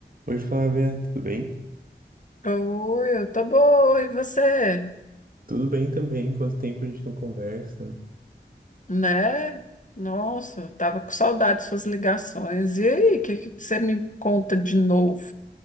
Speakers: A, on the right; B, on the left.
A: Oi, Flávia, tudo bem?
B: Oi, eu tô boa, e você?
A: Tudo bem também, quanto tempo a gente não conversa?
B: Né? Nossa, eu tava com saudade de suas ligações. E aí, o que que você me conta de novo?